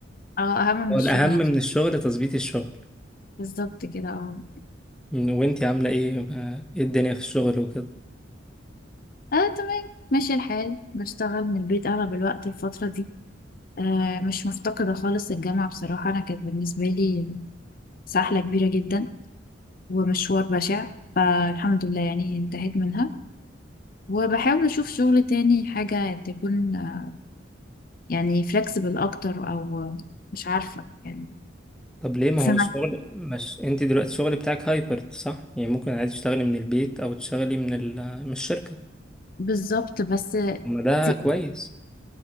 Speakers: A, on the left; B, in the centre.
A: اه اهم من
B: هو
A: الشغل
B: الأهم من
A: نفسه
B: الشغل تظبيط الشغل
A: بالظبط كده اه
B: من- وانتي عاملة ايه آه، ايه الدنيا في الشغل وكده
A: اه تمام ماشي الحال بشتغل من البيت اغلب الوقت الفترة دي آه مش مفتقدة خالص الجامعة بصراحة انا كانت بالنسبة لي سحلة كبيرة جدا ومشوار بشع فالحمد لله يعني انتهيت منها وبحاول اشوف شغل تاني حاجة تكون آه، يعني فلكسبل اكتر او آه، مش عارفة يعني
B: طب ليه ما
A: سمك
B: هو الشغل مش انتي دلوقتي الشغل بتاعك هايبرد صح يعني ممكن عادي تشتغلي من البيت أو تشتغلي من ال... من الشركة
A: بالظبط بس
B: طب ما ده
A: تي-
B: كويس